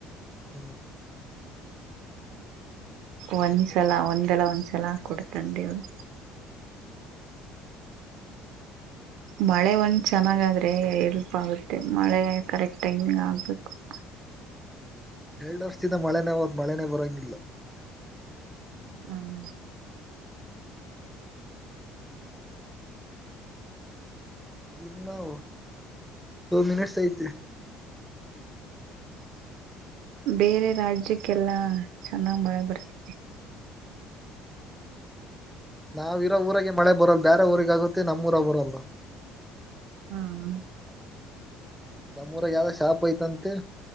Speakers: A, in the centre; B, on the right.
A: ಹ್ಮ್ <inaudible>
B: ಒಂದ್ಸಲ ಒಂದೆಲ ಒಂದ್ಸಲ ಕೊಡ್ತಾನ ದೇವರು ಮಳೆ ಒಂದ್ ಚೆನ್ನಾಗಾದ್ರೆ ಎಲ್ಪ್ ಆಗುತ್ತೆ ಮಳೆ ಕರೆಕ್ಟ್ ಟೈಮಿಂಗ ಆಗ್ಬೇಕು <unintelligible>
A: ಎರಡು ವರ್ಷದಿಂದ ಮಳೆನೇ ಹೋತ ಮಳೆನೇ ಬರೋಂಗಿಲ್ಲ
B: ಹ್ಮ್
A: ಇನ್ನುವು ಟು ಮಿನಿಟ್ಸ್ ಐತಿ
B: ಬೇರೆ ರಾಜ್ಯಕ್ಕೆಲ್ಲಾ ಚೆನ್ನಾಗ ಮಳೆ ಬರ್ತಿದೆ
A: ನಾವ್ ಇರೋ ಊರಗೆ ಮಳೆ ಬರಲ್ಲ ಬೇರೆ ಊರಿಗೆ ಆಗುತ್ತೆ ನಮ್ಮೂಊರಗ ಬರಲ್ಲ
B: ಹ್ಮ್
A: ನಮ್ಮೂಊರಾಗ ಯಾವ್ದ ಶಾಪ ಐತಂತೆ